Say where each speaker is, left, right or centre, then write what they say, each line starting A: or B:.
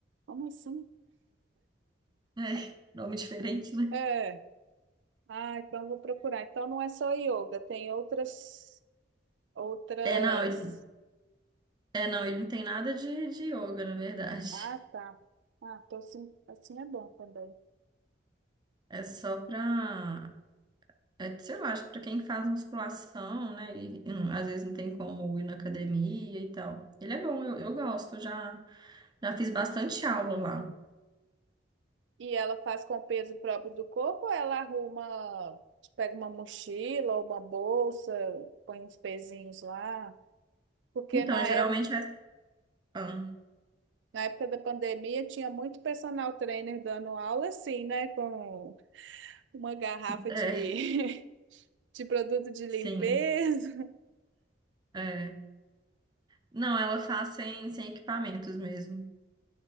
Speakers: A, on the right; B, on the right.
A: Como assim?
B: É, nome diferente, né?
A: É. Ah, então eu vou procurar. Então não é só yoga, tem outras. Outras.
B: É, não, ele, é, não, ele não tem nada de, de yoga, na verdade.
A: Ah, tá. Ah, tô assim, assim é bom também.
B: É só pra, é, sei lá, acho que pra quem faz musculação, né? E, e não- às vezes não tem como ir na academia e tal. Ele é bom, eu, eu gosto, eu já, já fiz bastante aula lá.
A: E ela faz com o peso próprio do corpo ou ela arruma, tipo, pega uma mochila ou uma bolsa, põe uns pezinhos lá? Porque
B: Então,
A: na
B: geralmente
A: época,
B: é. ah,
A: na época da pandemia tinha muito personal trainer dando aula assim, né? Com uma garrafa
B: é,
A: de, <laughs> de produto de limpeza.
B: sim. É. Não, ela faz sem, sem equipamentos mesmo.